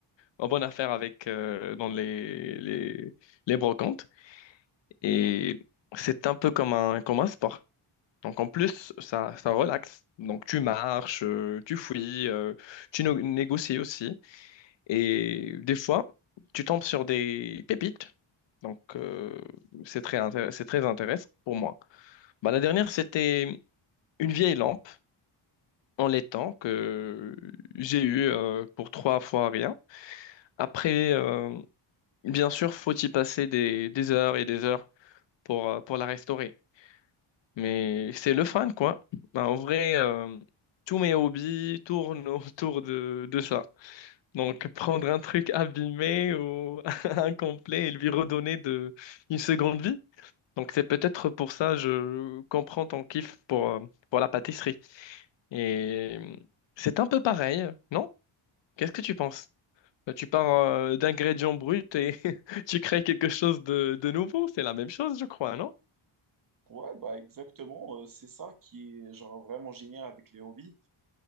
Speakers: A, on the left; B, on the right.
A: En bonne affaire avec euh, dans les, les, les brocantes. Et c'est un peu comme un, comme un sport. Donc en plus, ça, ça relaxe. Donc tu marches, euh, tu fouilles, euh, tu no- négocies aussi. Et des fois, tu tombes sur des pépites. Donc euh, c'est très, intér- c'est très intéressant pour moi. Bah, la dernière, c'était une vieille lampe en laiton que j'ai eu euh, pour trois fois rien. Après, euh, bien sûr, faut y passer des, des heures et des heures pour, euh, pour la restaurer. Mais c'est le fun quoi. Ben, en vrai, euh, tous mes hobbies tournent <laughs> autour de, de ça. Donc, prendre un truc abîmé ou <laughs> incomplet et lui redonner de, une seconde vie. Donc, c'est peut-être pour ça je comprends ton kiff pour, euh, pour la pâtisserie. Et euh, c'est un peu pareil, non? Qu'est-ce que tu penses? Ben, Tu pars euh, d'ingrédients bruts et <laughs> tu crées quelque chose de, de nouveau. C'est la même chose, je crois, non?
B: Ouais, bah exactement, euh, c'est ça qui est genre vraiment génial avec les hobbies.